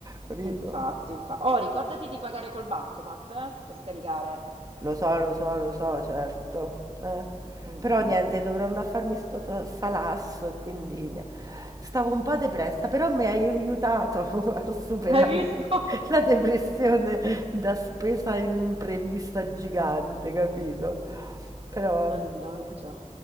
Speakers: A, on the right (about 25°); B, on the right (about 45°).
A: capito?
B: Infatti, infa- Oh, ricordati di pagare col bancomat, eh, per scaricare.
A: Lo so, lo so, lo so, certo. Eh.
B: Mm,
A: Però
B: mm,
A: niente,
B: mm.
A: dovrò andare a farmi sto ta- salasso e quindi nie- stavo un po' depressa, però mi hai aiutato <laughs> a superare
B: Hai visto? <laughs>
A: la depressione da spesa imprevista gigante, capito? Però
B: Mannaggia.
A: vabbè, dai,